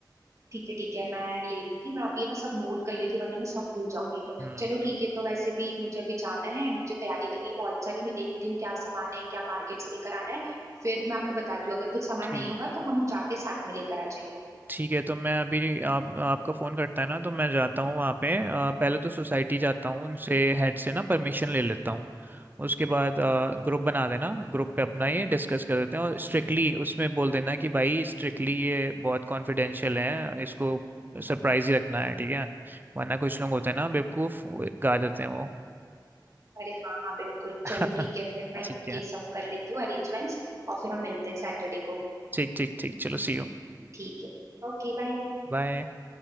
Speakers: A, on the right; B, on the right.
A: ठीक है ठीक है मैं ले लूंगी मैं अभी ना सब नोट कर लेती हूँ वरना मैं सब भूल जाऊंगी
B: हम्म
A: चलो ठीक है तो वैसे भी मुझे अभी जाना है मुझे तैयारी करनी है बहुत सारी मैं देखती हूँ क्या सामान है क्या मार्केट से लेकर आना है फिर मैं आपको बताती हूँ अगर कुछ सामान
B: ठीक
A: नहीं होगा तो हम जाके साथ में लेकर आ जाएंगे
B: ठीक है तो मैं अभी आप आपका फ़ोन करता है ना तो मैं जाता हूँ वहाँ पे अ, पहले तो सोसाइटी जाता हूँ उनसे हेड से ना परमिशन ले लेता हूँ उसके बाद ग्रुप बना देना ग्रुप पे अपना ये डिस्कस कर देते हैं और स्ट्रिक्टली उसमें बोल देना कि भाई स्ट्रिक्टली ये बहुत कॉन्फिडेंशियल है इसको सरप्राइज ही रखना है ठीक है वरना कुछ लोग होते हैं ना बेवकूफ़ वो गा देते हैं वो
A: अरे हाँ हाँ बिल्कुल
B: <laughs>
A: चलो ठीक है फिर मैं
B: ठीक है
A: ये सब कर लेती हूँ अरेंजमेंट्स और फिर हम मिलते हैं सैटरडे को
B: ठीक ठीक ठीक चलो सी यू
A: ठीक है Okay bye
B: बाय